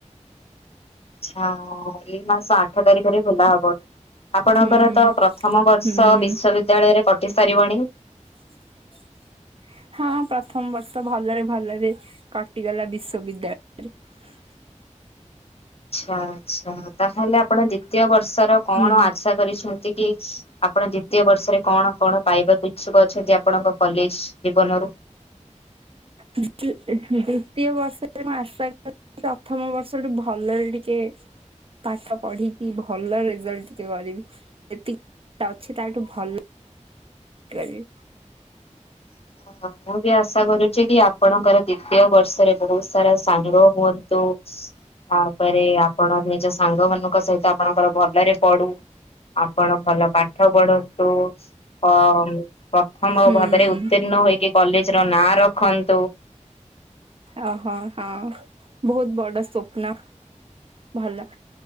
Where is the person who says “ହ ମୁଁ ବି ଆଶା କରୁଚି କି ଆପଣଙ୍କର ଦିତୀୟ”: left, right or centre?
Left